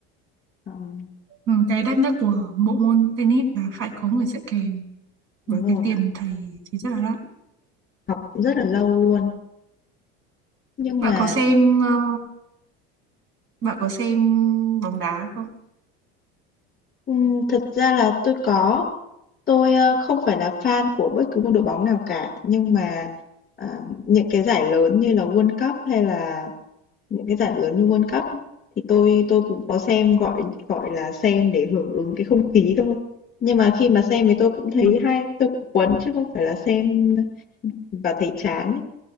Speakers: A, on the left; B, on the right.
A: Ờm,
B: Ừ, cái đắt nhất của bộ môn tennis là phải có người dạy kèm
A: đúng
B: và
A: rồi,
B: cái
A: mà
B: tiền thầy thì rất là đắt.
A: học cũng rất là lâu luôn. Nhưng
B: Bạn
A: mà
B: có xem ờ, bạn có xem bóng đá không?
A: Ừm, thật ra là tôi có. Tôi, ơ, không phải là fan của bất cứ một đội bóng nào cả, nhưng mà, à, những cái giải lớn như là World Cup hay là những cái giải lớn như World Cup á, thì tôi tôi cũng có xem, gọi gọi là, xem để hưởng ứng cái không khí thôi. Nhưng mà khi mà xem thì tôi cũng thấy
B: Ừ.
A: hay, tôi cũng cuốn chứ không phải là xem và thấy chán ấy.